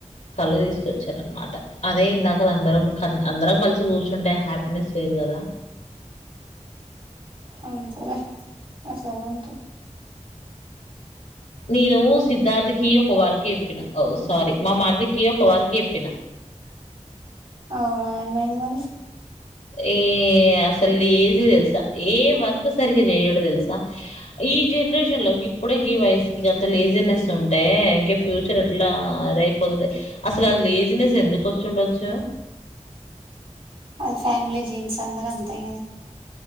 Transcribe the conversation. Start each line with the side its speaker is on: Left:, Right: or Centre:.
Left: కళ్ళు తీసుకొచ్చారనమాట, అదే ఇందాక అందరం క అందరం కలిసి కూర్చుంటే హ్యాపీనెస్ వేరు కదా
Right: అ సరే అట్లా ఉంట
Left: నేను సిద్ధార్థికి ఒక వర్క్ చెప్పిన సారీ మా మరదికి ఒక వర్క్ చెప్పిన
Right: అవునా ఏమైంది మళ్ళీ
Left: ఏ అసలు ఈజీ తెల్సా ఏ వర్క్ సరిగా చెయడు తెలుసా, ఈ జనరేషన్లో గిప్పుడే గీవయసుకి గంత లేజినెస్ ఉంటే, ఇంకా ఫ్యూచర్ ఎట్లా అదియిపోతాది అసలు అ లేజినెస్ ఎందు ఒచ్చుండొచ్చు
Right: అది ఫ్యామిలీ జీన్స్ అందరూ అంతే కదా